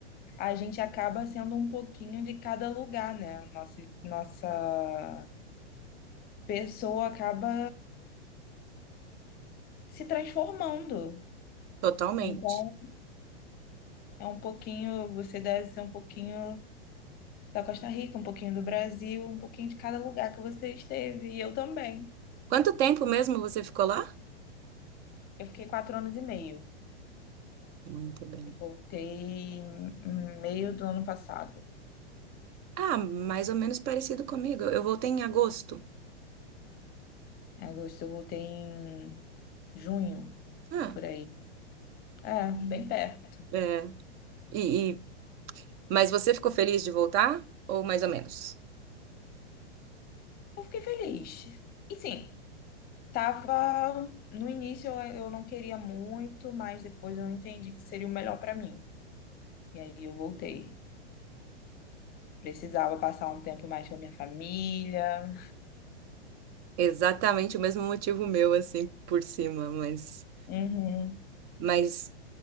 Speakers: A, on the left (about 30°); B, on the right (about 30°).
A: a gente acaba sendo um pouquinho de cada lugar, né? Nossa, nossa pessoa acaba se transformando.
B: Totalmente.
A: Então, é um pouquinho, você deve ser um pouquinho da Costa Rica, um pouquinho do Brasil, um pouquinho de cada lugar que você esteve. E eu também.
B: Quanto tempo mesmo você ficou lá?
A: Eu fiquei quatro anos e meio.
B: Muito bem.
A: Eu voltei em meio do ano passado.
B: Ah, mais ou menos parecido comigo. Eu voltei em agosto.
A: Em agosto, eu voltei em junho,
B: Ah,
A: por aí. É, bem perto.
B: é. E, e- Mas você ficou feliz de voltar? Ou mais ou menos?
A: Eu fiquei feliz. E sim, tava. No início eu, eu não queria muito, mas depois eu entendi que seria o melhor pra mim. E aí eu voltei. Precisava passar um tempo mais com a minha família.
B: Exatamente o mesmo motivo meu, assim, por cima, mas.
A: Uhum.
B: Mas